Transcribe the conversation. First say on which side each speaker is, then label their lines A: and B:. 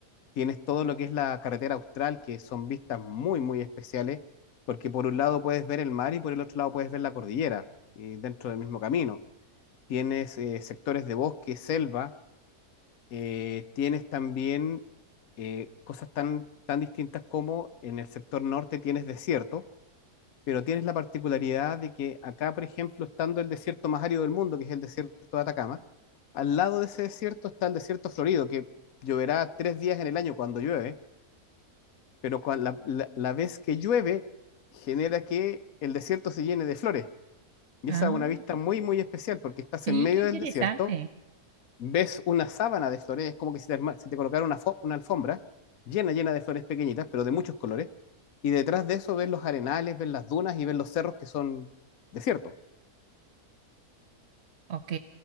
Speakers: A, on the left; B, on the right.
A: tienes todo lo que es la carretera austral, que son vistas muy, muy especiales, porque por un lado puedes ver el mar y por el otro lado puedes ver la cordillera, y dentro del mismo camino tienes eh, sectores de bosque, selva, eh, tienes también eh, cosas tan, tan distintas como en el sector norte tienes desierto, pero tienes la particularidad de que acá, por ejemplo, estando el desierto más árido del mundo, que es el desierto de Atacama, al lado de ese desierto está el desierto florido, que lloverá tres días en el año cuando llueve, pero cua- la, la- la vez que llueve genera que el desierto se llene de flores. Y
B: Ah,
A: esa es una vista
B: qué-
A: muy, muy especial porque estás
B: sí,
A: en medio
B: qué interesante.
A: del desierto ves una sábana de flores, es como que si te, arma- si te colocara una, fo- una alfombra llena, llena de flores pequeñitas, pero de muchos colores, y detrás de eso ves los arenales, ves las dunas y ves los cerros que son desiertos.
B: Ok,